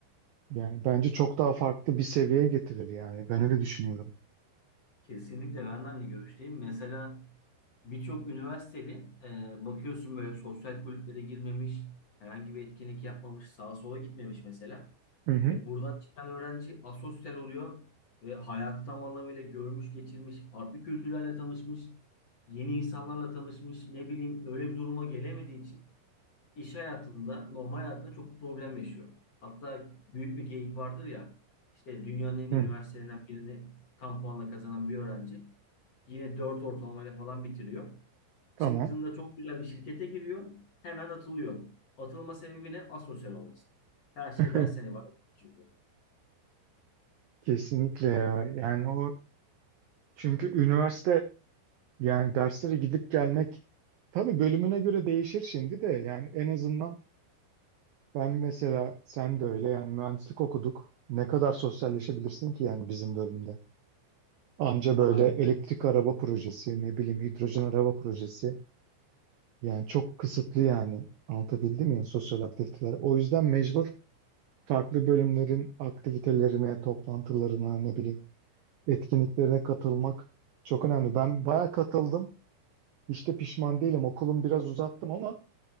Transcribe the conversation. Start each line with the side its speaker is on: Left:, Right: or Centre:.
Right: yani bence çok daha farklı bir seviyeye getirir yani ben öyle düşünüyorum.
Left: kesinlikle ben de aynı görüşteyim. Mesela birçok üniversiteli e, bakıyorsun böyle sosyal kulüplere girmemiş, herhangi bir etkinlik yapmamış, sağa sola gitmemiş mesela.
Right: Hı hı.
Left: E, buradan çıkan öğrenci asosyal oluyor ve hayatı tam anlamıyla görmüş, geçirmiş, farklı kültürlerle tanışmış, yeni insanlarla tanışmış, ne bileyim öyle bir duruma gelemediği için iş hayatında, normal hayatında çok problem yaşıyor. Hatta büyük bir geyik vardır ya, işte dünyanın en
Right: Hı.
Left: iyi üniversitelerinden birini tam puanla kazanan bir öğrenci yine 4 ortalamayla falan bitiriyor.
Right: Tamam.
Left: Çıktığında çok güzel bir şirkete giriyor, hemen atılıyor. Atılma sebebi ne? Asosyal olması. Her şey
Right: <laughs>
Left: dersten ibaret çünkü.
Right: Kesinlikle ya. Yani o çünkü üniversite Yani derslere gidip gelmek tabii bölümüne göre değişir şimdi de yani en azından ben mesela sen de öyle yani mühendislik okuduk. Ne kadar sosyalleşebilirsin ki yani bizim bölümde. Anca
Left: <laughs>
Right: böyle
Left: Aynen.
Right: elektrik araba projesi ne bileyim hidrojen araba projesi yani çok kısıtlı yani anlatabildim mi ya sosyal aktiviteler. O yüzden mecbur farklı bölümlerin aktivitelerine, toplantılarına ne bileyim etkinliklerine katılmak çok önemli. Ben bayağı katıldım. Hiç de pişman değilim. Okulum biraz uzattım ama